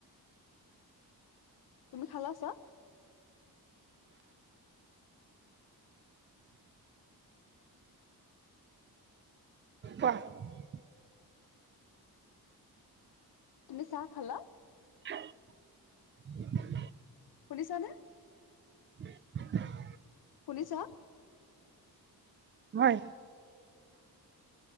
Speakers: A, on the left; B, on the right.
A: তুমি খালা চাহ?
B: পৰ <unintelligible>
A: তুমি চাহ খালা?
B: <unintelligible>
A: শুনিছানে?
B: <inaudible>
A: শুনিছা?
B: হয়।